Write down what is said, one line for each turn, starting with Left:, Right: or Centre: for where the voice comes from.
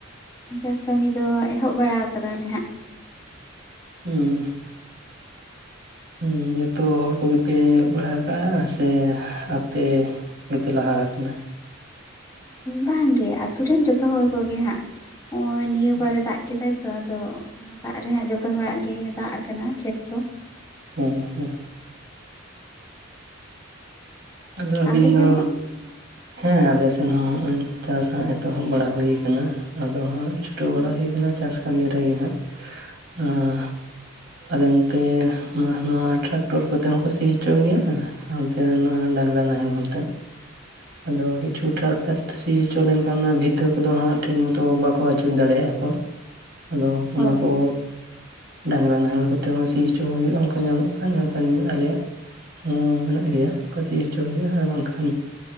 Left: ᱪᱟᱥ ᱠᱟᱹᱢᱤ ᱫᱚ ᱮᱦᱚᱵ ᱵᱟᱲᱟ ᱟᱠᱟᱫᱟᱞᱮ ᱦᱟᱸᱜ᱾
Right: ᱦᱮᱸ ᱩᱸ ᱡᱚᱛᱚ ᱦᱚᱲ ᱠᱚᱜᱮᱯᱮ ᱮᱚᱜ ᱵᱟᱲᱟ ᱠᱟᱜᱼᱟ ᱥᱮ ᱟᱯᱮ ᱜᱤᱯᱮ ᱞᱟᱦᱟ ᱠᱟᱱᱟ?
Left: ᱵᱟᱝᱜᱮ ᱟᱛᱳ ᱨᱮᱱ ᱡᱚᱛᱚ ᱦᱚᱲ ᱠᱚᱜᱮ ᱦᱟᱸᱜ ᱱᱚᱜᱼᱚᱭ ᱱᱤᱭᱟᱹ
Right: ᱦᱮᱸ
Left: ᱵᱟᱨᱮ ᱫᱟᱜ ᱠᱮᱫᱟᱭ᱾ ᱛᱚ ᱟᱫᱚ ᱚᱱᱟ ᱫᱟᱜ ᱨᱮᱦ ᱡᱚᱛᱚ ᱦᱚᱲᱟᱜ ᱜᱮ ᱫᱟᱜ ᱟᱠᱟᱱᱟ ᱠᱷᱮᱛ ᱠᱚ᱾
Right: ᱦᱮᱸ ᱦᱮᱸ ᱟᱫᱚ ᱟᱹᱵᱤᱱ
Left: ᱟᱯᱮ
Right: ᱫᱚ
Left: ᱥᱮᱱ
Right: ᱦᱮᱸ ᱟᱞᱮ ᱥᱮᱱ ᱦᱚᱸ ᱦᱚᱜᱚᱭ ᱪᱟᱥ ᱦᱟᱸᱜ ᱮᱛᱚᱦᱚᱵ ᱵᱟᱲᱟ ᱦᱩᱭ ᱟᱠᱟᱱᱟ ᱟᱫᱚ ᱦᱟᱸᱜ ᱪᱷᱩᱴᱟᱹᱣ ᱵᱟᱲᱟ ᱦᱩᱭ ᱠᱟᱱᱟ ᱪᱟᱥ ᱠᱟᱹᱢᱤ ᱨᱮᱜᱮ ᱦᱟᱸᱜ᱾ᱟᱸᱻ ᱟᱞᱮ ᱱᱚᱱᱛᱮ ᱱᱚᱣᱟ ᱴᱨᱟᱠᱴᱚᱨ ᱠᱚᱛᱮ ᱦᱚᱸᱠᱚ ᱥᱤ ᱦᱚᱪᱚ ᱜᱮᱭᱟ᱾ ᱚᱱᱛᱮ ᱱᱚᱣᱟ ᱰᱟᱝᱨᱟ ᱱᱟᱦᱮᱞ ᱱᱛᱮ ᱟᱫᱚ ᱠᱤᱪᱷᱩ ᱴᱨᱟᱠᱴᱟᱨ ᱥᱤ ᱦᱚᱪᱚ ᱞᱮᱱᱠᱷᱟᱱ ᱵᱷᱤᱛᱟᱹ ᱠᱚᱫᱚ ᱦᱟᱸᱜ ᱴᱷᱤᱠ ᱢᱚᱛᱚ ᱵᱟᱠᱚ ᱟᱹᱪᱩᱨ ᱫᱟᱲᱮᱭᱟᱜᱼᱟ ᱠᱚ᱾ ᱟᱫᱚ ᱚᱱᱟ
Left: ᱦᱳᱭ
Right: ᱠᱚ ᱰᱟᱝᱨᱟ ᱱᱟᱦᱮᱞ ᱠᱚᱛᱮ ᱦᱚᱸ ᱥᱤ ᱦᱚᱪᱚ ᱦᱩᱭᱩᱜᱼᱟ ᱚᱱᱠᱟ ᱧᱟᱢᱚᱜ ᱠᱷᱟᱱ ᱢᱮᱱᱠᱷᱟᱱ ᱟᱞᱮᱭᱟᱜ ᱦᱚᱸ ᱢᱮᱱᱟᱜ ᱜᱮᱭᱟ, ᱚᱱᱠᱟᱛᱮ ᱦᱚᱪᱚ ᱦᱩᱭᱩᱜᱼᱟ ᱟᱨ ᱵᱟᱝᱠᱷᱟᱱ